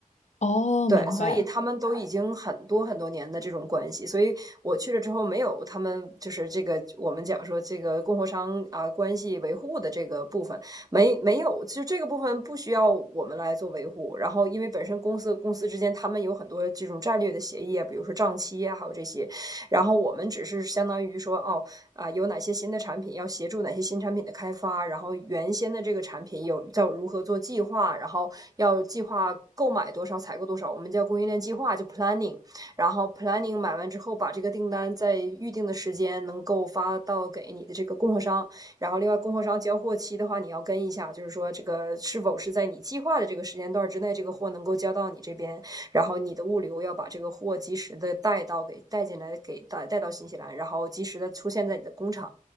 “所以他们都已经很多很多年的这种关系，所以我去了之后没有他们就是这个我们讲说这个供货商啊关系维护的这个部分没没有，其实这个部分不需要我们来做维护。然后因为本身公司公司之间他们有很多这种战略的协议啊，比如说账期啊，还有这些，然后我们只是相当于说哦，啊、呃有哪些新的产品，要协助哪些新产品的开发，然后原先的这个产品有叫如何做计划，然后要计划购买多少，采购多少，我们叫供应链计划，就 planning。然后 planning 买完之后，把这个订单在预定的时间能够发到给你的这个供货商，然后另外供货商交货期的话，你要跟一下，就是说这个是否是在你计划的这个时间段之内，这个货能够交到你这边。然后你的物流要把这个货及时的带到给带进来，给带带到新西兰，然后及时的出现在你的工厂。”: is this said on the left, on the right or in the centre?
Right